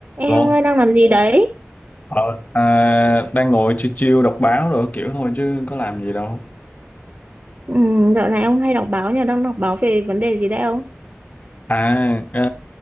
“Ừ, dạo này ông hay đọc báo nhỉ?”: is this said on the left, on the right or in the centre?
Right